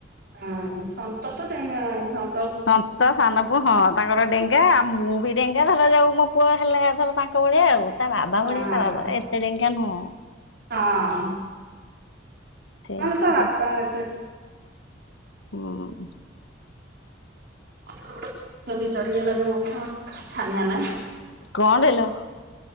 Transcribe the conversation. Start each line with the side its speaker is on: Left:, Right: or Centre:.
Right: ହଁ ସନ୍ତ ତେଙ୍କା ସ
Left: ତନ୍ତ ସାନପୁ ହଁ ତାଙ୍କର ଡେଙ୍ଗା ଆଉ ମୁଁ ବି ଡେଙ୍ଗା। ଏହା ବାବା ଯୋଉ ମୋ ପୁଅ ହେଲେଲା ଧର ତାଙ୍କ ଭଳିଆ ଆଉ ତା ବାବା
Right: ହଁ
Left: ଭଳିଆ ତା ବାବା ଏତେ ଟେଙ୍କା ନୁହଁ।
Right: ହଁ।
Left: ସେ ହେଲା
Right: ଆଲୋ ତା ବାପା
Left: ସେ
Right: <inaudible>
Left: ହୁଁ
Right: ଆେ ଚରିଆ ଲାଗେ ମ ଛାନିଆ ନାଁ
Left: କଣ୍ଡଲୋ